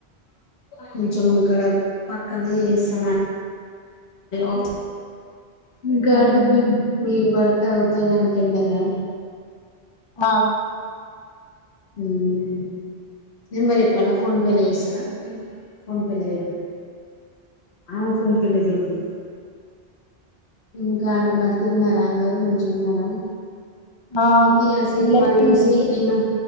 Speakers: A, on the left (about 75°); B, on the left (about 35°).
A: కొంచెం ఇక్కడ పక్కన చేస్తాన ఆఫీ ఇకా
B: అవునా!
A: అండి మీ మీ భర్త ఉద్యోగానికి వెళ్ళారా?
B: ఆ
A: ఉం నెంబర్ చెప్పాల ఫోన్పే లో వేస్తారా ఫోన్పే లో ఏపి ఆయన ఫోన్ పే లో చేపి ఇంకా అండి మరి తిన్నారా అందరు మంచిగున్నార
B: ఆ
A: పెద్ధి గా సినిమా
B: అందరికీ
A: చూసి
B: తెలుసు
A: నేను